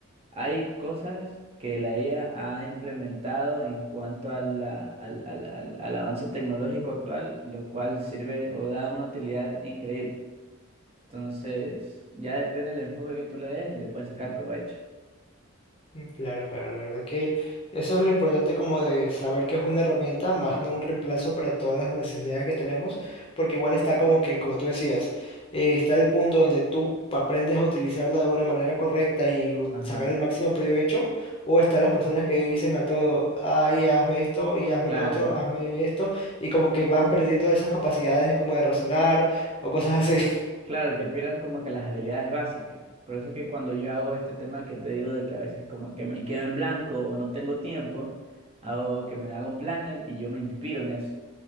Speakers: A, on the right (about 30°); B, on the left (about 25°).
A: hay cosas que la IA ha implementado en cuanto a la- al, al, al, al avance tecnológico actual, lo cual sirve o da una utilidad increíble. Entonces, ya depende del enfoque que tú le des, le puedes sacar provecho.
B: Mm, Claro, claro, la verdad que eso es lo importante como de saber que es una herramienta, más no un reemplazo para todas las necesidades que tenemos, porque igual está como que, como tú decías, eh, está el punto donde tú aprendes a utilizarla de una manera correcta y u-
A: Ajá,
B: sacar el máximo provecho, o están las personas que dicen a todo, ay, hazme esto, y hazme
A: claro.
B: lo otro, hazme esto, y como que van perdiendo esas capacidades de como de razonar o cosas así.
A: Claro, que pierdan como que las habilidades básicas. Por eso es que cuando yo hago este tema que te digo de que a veces como que me quedo en blanco o no tengo tiempo, hago que me haga un planner y yo me inspiro en eso.